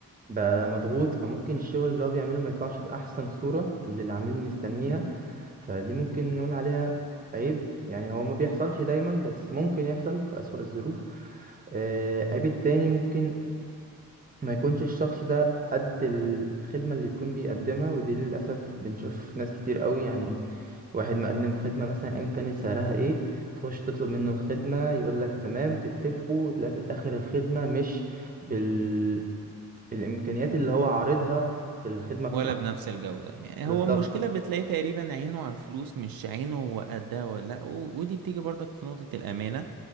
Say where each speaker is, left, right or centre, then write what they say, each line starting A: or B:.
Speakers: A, on the right; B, on the right.
A: بقى مضغوط فممكن الشغل اللي هو بيعمله ما يطلعش بأحسن صورة اللي العميل مستنيها فدي ممكن نقول عليها عيب يعني هو ما بيحصلش دايما بس ممكن يحصل في أسوأ الظروف آه، عيب التاني ممكن ما يكونش الشخص ده قد الخدمة اللي بيكون بيقدمها ودي للأسف بنشوف ناس كتير قوي يعني واحد مقدم خدمة مثلا أيا كانت سعرها ايه تخش تطلب منه الخدمة يقولك تمام تتفقوا وتلاقي في الآخر الخدمة مش بالمستوى الامكانيات اللي هو عارضها في الخدمه بتاعته
B: ولا بنفس الجودة يعني
A: بالظبط
B: هو المشكلة بتلاقي تقريبا عينه على الفلوس مش عينه هو قدها ولا لأ، و- ودي بتيجي برضك في نقطة الأمانة